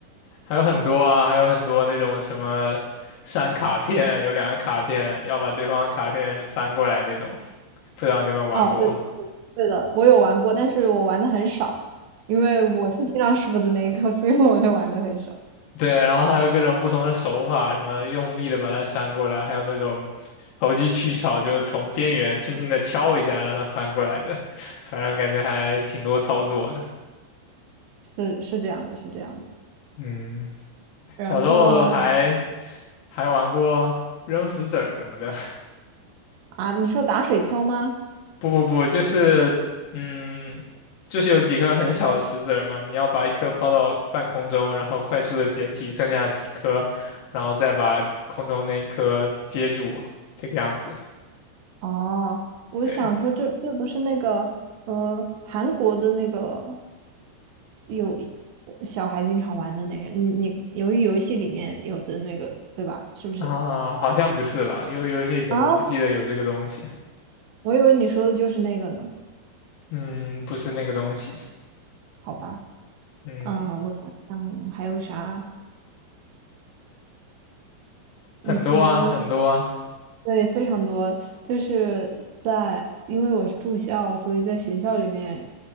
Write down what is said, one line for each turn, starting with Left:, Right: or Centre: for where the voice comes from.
Left: 还有很多啊，还有很多那种什么删卡片，有两个卡片要把对方的卡片翻过来那种，不知道你有没有玩过。
Right: 哦，对的，对的，我有玩过，但是我玩的很少，因为我是经常输的那个，所以我就玩的很少。
Left: 对，然后还有各种不同的手法，什么用力的把它扇过来，还有那种投机取巧，就是从边缘轻轻的敲一下让它翻过来的，反正感觉还挺多操作的。
Right: 是是这样的，是这样的。
Left: 嗯，
Right: 然后。
Left: 小时候还还玩过扔石子儿什么的，
Right: 啊，你说打水漂吗？
Left: <laughs> 不不不，就是嗯，就是有几颗很小的石子儿嘛，你要把一颗抛到半空中，然后快速的捡起剩下几颗，然后再把空中那一颗接住，这个样子。
Right: 哦，我想说这这不是那个呃韩国的那个
Left: 对。
Right: 有小孩经常玩的那个，你你由于游戏里面有的那个对吧？是不是？
Left: 啊，好像不是吧？游游戏里我不记得有这个东西。
Right: 啊，我以为你说的就是那个呢。
Left: 嗯，不是那个东西。
Right: 好吧，
Left: 嗯，
Right: 嗯，我想想还有啥？
Left: 很多啊，
Right: 以前
Left: 很多啊。
Right: 对非常多，就是在因为我是住校，所以在学校里面